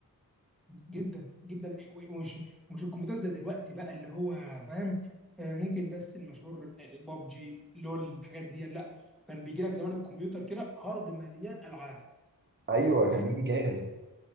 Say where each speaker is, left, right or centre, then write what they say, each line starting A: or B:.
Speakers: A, in the centre; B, on the right.
A: جدا جدا ومش ومش الكمبيوتر زي دلوقتي بقى اللي هو فاهم آه، ممكن بس المشهور آه، بابجي لول الحاجات دي لا كان بيجي لك زمان الكمبيوتر كده هارد مليان العاب
B: ايوه
A: بقى
B: كان بيجي جاهز